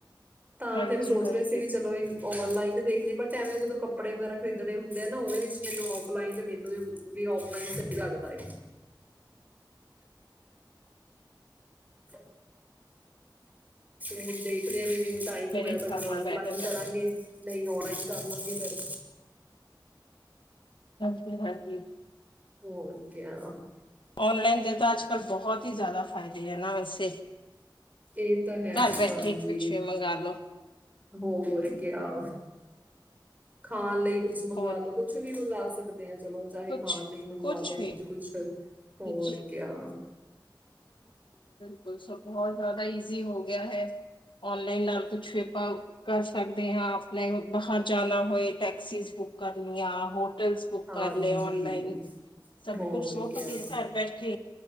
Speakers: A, on the right; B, on the left.
A: ਤਾਂ
B: ਹਾਂਜੀ
A: ਫਿਰ ਸੋਚ
B: ਹਾਂਜੀ
A: ਰਹੇ ਸੀ ਵੀ ਚਲੋ ਓਨ ਲਾਈਨ ਮੈਂ ਦੇਖਣੀ ਆ, ਬਟ ਐਵੇਂ ਜਦੋਂ ਕੱਪੜੇ ਵਗੈਰਾ ਖਰੀਦਣੇ ਹੁੰਦੇ ਆ ਨਾ, ਉਹਦੇ ਵਿੱਚ ਮੈਨੂੰ ਓਫਲਾਈਨ ਮਿਲ ਜੇ ਵੀ ਓਫਲਾਈਨ ਸਹੀ ਲੱਗਦਾ ਹੈ। <unintelligible> ਦੇਖਦੇ ਹਾਂ ਵੀ ਜਿਵੇਂ ਟਾਈਮ
B: ਮੇਰੇ
A: ਹੋਇਆ
B: ਹਿਸਾਬ
A: ਤਾਂ ਫਿਰ ਓਫਲਾਈਨ
B: ਨਾਲ ਬੈਟਰ ਕਰਦੇ
A: ਕਰਾਂਗੇ, ਨਹੀਂ ਓਣਲਾਈਨ। ਕਰ ਲਾਂਗੇ ਫਿਰ।
B: <unintelligible> ਹਾਂਜੀ
A: ਹੋਰ ਕਿਆ।
B: ਉਨਲਾਈਨ ਦੇ ਤਾਂ ਅੱਜ ਕੱਲ੍ਹ ਬਹੁਤ ਹੀ ਜ਼ਿਆਦਾ ਫਾਇਦੇ ਆ ਨਾ ਵੈਸੇ।
A: ਇਹ ਤਾਂ ਹੈ,
B: ਘਰ ਬੈਠੇ
A: ਹਾਂਜੀ
B: ਕੁਛ ਵੀ ਮੰਗਾ ਲੋ
A: ਹੋਰ ਕਿਆ। ਖਾਣ ਲਈ ਕੁਛ ਮੰਗਾ
B: ਹੋਰ
A: ਲੋ, ਕੁੱਛ ਵੀ ਮੰਗਾ ਸਕ ਚਲੋ ਚਾਹੇ
B: ਕੁਛ
A: ਖਾਣ ਲਈ ਮੰਗਵਾ
B: ਕੁਛ
A: ਲੋ
B: ਵੀ
A: ਕੁਛ, ਹੋਰ
B: ਜੀ
A: ਕਿਆ।
B: ਸ ਬਹੁਤ ਜ਼ਿਆਦਾ ਈਜ਼ੀ ਹੋ ਗਿਆ ਹੈ। ਉਨਲਾਈਨ ਨਾਲ ਕੁਛ ਵੀ ਪਾਓ। ਕਰ ਸਕਦੇ ਹਾਂ, ਆਪਣੇ ਬਾਹਰ ਜਾਣਾ ਹੋਏ ਟੈਕਸੀਜ਼ ਬੁੱਕ ਕਰਨੀਆਂ ਹੋ ਟਲ ਬੁੱਕ
A: ਹਾਂਜੀ
B: ਕਰ ਓਨਲਾਈਨ ਸਭ
A: ਹੋਰ
B: ਕੁਛ ਸੋਹਤੀਰੇ
A: ਕਿਆ
B: ਘਰ ਬੈਠੇ